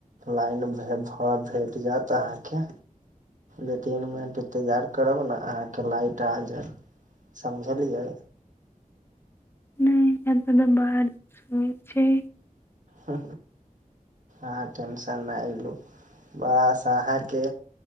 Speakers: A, on the right; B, on the left.
A: लाइन भ भ भेट जायत अहाँके दू तीन मिनट इन्तजार करब ने अहाँके लाइट आ जायत समझलियै
B: नहि एतऽ त बाहाद सुनै छै
A: ह आहाॅं टेंशन नहि लू बस आहाॅंके